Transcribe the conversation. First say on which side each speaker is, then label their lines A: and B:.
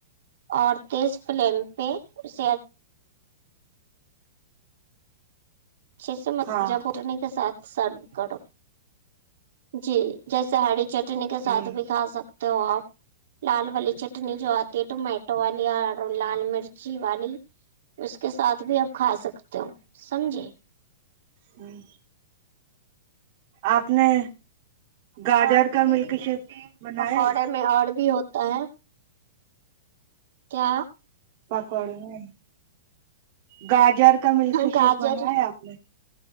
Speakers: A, on the right (about 60°); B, on the right (about 35°).
A: اور تیس فلیم پے اسے ا چھے سے
B: ہاں
A: جپٹنے کے ساتھ سرو کرو جی جیسے ہڈی چٹنی کے ساتھ
B: ہوں
A: بھی کھا سکتے ہو آپ لال والی چٹنی جو آتی ہے ٹومیٹو والی اور لال مرچی والی اس کے ساتھ بھی آپ کھا سکتے ہو سمجھے
B: ہمم آپ نے گاجر
A: اور بھی
B: کا ملک
A: جیسے
B: شیک بنایا
A: پکوڑے
B: ہے
A: میں اور بھی ہوتا ہے کیا
B: پکوڑے میں گاجر کا ملک
A: گاجر
B: شیک بنایا آپ نے